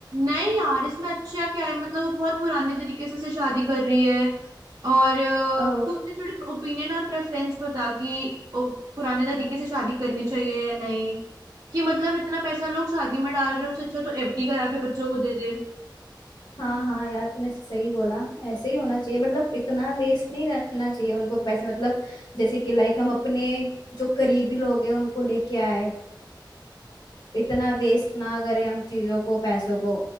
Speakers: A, on the right; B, on the left.
A: नहीं यार इसमें अच्छा क्या है मतलब वो बहुत पुराने तरीके से उसे शादी कर रही है और अ,
B: ओ
A: तू अपने थोड़े ओपिनियन और प्रेफरेंस बता कि ओ, पुराने तरीके से शादी करनी चाहिए या नहीं कि मतलब इतना पैसा लोग शादी में डाल रहे हैं उससे अच्छा तो एफडी करा के बच्चों को दे दे
B: हाँ हाँ यार तूने सही बोला ऐसे ही होना चाहिए मतलब इतना वेस्ट नहीं करना चाहिए उनको पैसे मतलब जैसे कि लाइक हम अपने जो करीबी लोग हैं उनको लेके आए इतना वेस्ट ना करें हम चीजों को पैसों को